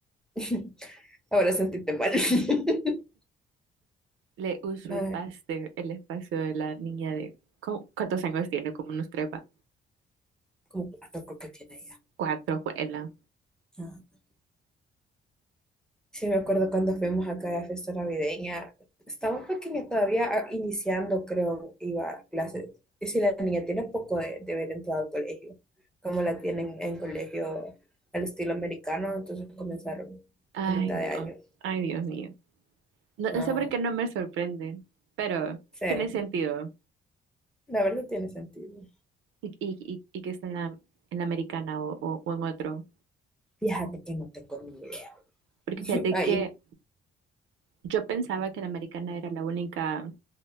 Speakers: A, in the centre; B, on the right.
A: <laughs> ahora sentíte mal. <laughs>
B: Le usurpaste
A: Ah,
B: el espacio de la niña de... ¿cómo- ¿Cuántos años tiene? Como unos tres, va.
A: como cuatro creo que tiene ya.
B: Cuatro, juela.
A: Ah. Sí, me acuerdo cuando fuimos acá a la fiesta navideña. Estaba pequeña todavía, ah, iniciando, creo, iba a clases. Y si la niña tiene poco de, de haber entrado al colegio, como la tienen en colegio al estilo americano, entonces comenzaron
B: Ay,
A: a mitad
B: no.
A: de año.
B: Ay, Dios mío. No,
A: Ah,
B: no sé por qué no me sorprende, pero
A: sí.
B: tiene sentido.
A: La verdad tiene sentido.
B: y, y, y- y que está en la, en la americana o, o- o en otro.
A: Fíjate que no tengo ni idea.
B: Porque
A: <laughs>
B: fíjate
A: Ahí,
B: que yo pensaba que la americana era la única